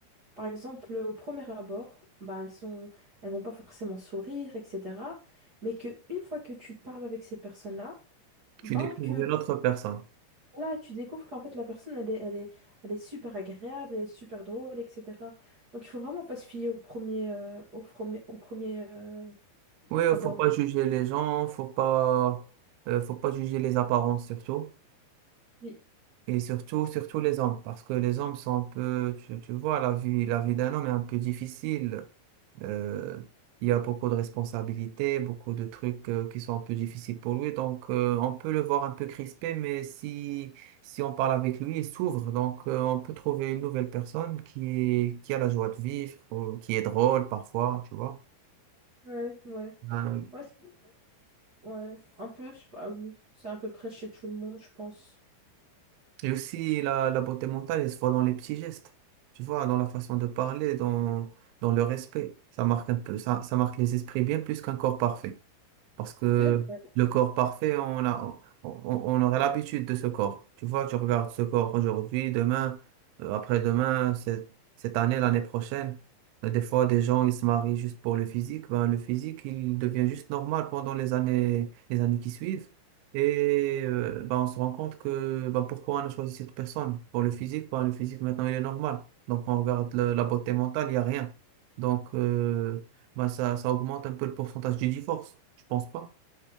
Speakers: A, on the right; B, on the right.
A: Par exemple, au premier abord, ben, elles sont... elles vont pas forcément sourire, etc. Mais que une fois que tu parles avec ces personnes-là, ben,
B: Tu découvres
A: que
B: une
A: tu
B: autre personne.
A: Là, tu découvres qu'en fait, la personne, elle est, elle est, elle est super agréable, elle est super drôle, etc. Donc, il faut vraiment pas se fier au premier, euh, au premier, au premier euh,
B: Oui, euh,
A: abord.
B: faut pas juger les gens, faut pas, euh, faut pas juger les apparences surtout.
A: Oui,
B: Et surtout, surtout les hommes, parce que les hommes sont un peu, tu, tu vois, la vie, la vie d'un homme est un peu difficile. Euh, il y a beaucoup de responsabilités, beaucoup de trucs euh, qui sont un peu difficiles pour lui. Donc, euh, on peut le voir un peu crispé, mais si, si on parle avec lui, il s'ouvre. Donc, euh, on peut trouver une nouvelle personne qui est, qui a la joie de vivre, ou qui est drôle parfois, tu vois.
A: ouais, ouais.
B: Euh,
A: Ouais, c'est- ouais. un peu, je sais pas, oui. C'est à peu près chez tout le monde, je pense.
B: et aussi, la, la beauté mentale, elle se voit dans les petits gestes, tu vois, dans la façon de parler, dans, dans le respect. Ça marque un peu, ça, ça marque les esprits bien plus qu'un corps parfait. Parce que
A: C'est vrai.
B: le corps parfait, on a, on, on aura l'habitude de ce corps. Tu vois, tu regardes ce corps aujourd'hui, demain, euh, après-demain, cette, cette année, l'année prochaine. Euh, Des fois, des gens, ils se marient juste pour le physique. Ben, le physique, il devient juste normal pendant les années, les années qui suivent. Et euh, ben, on se rend compte que ben, pourquoi on a choisi cette personne? Pour le physique, ben, le physique, maintenant, il est normal. Donc, on regarde le- la beauté mentale, il n'y a rien. Donc, euh, bah, ça, ça augmente un peu le pourcentage du divorce, je pense pas.